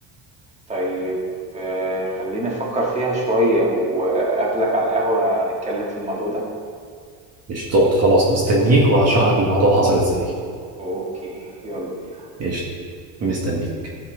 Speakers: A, on the right; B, on the right.
A: طيب آه خلينا نفكر فيها شوية وقابلك على القهوة نتكلم في الموضوع ده
B: قشطات خلاص مستنيك وهشرح لك الموضوع حصل ازاي
A: اوكي يلا بينا
B: قشطة مستنيك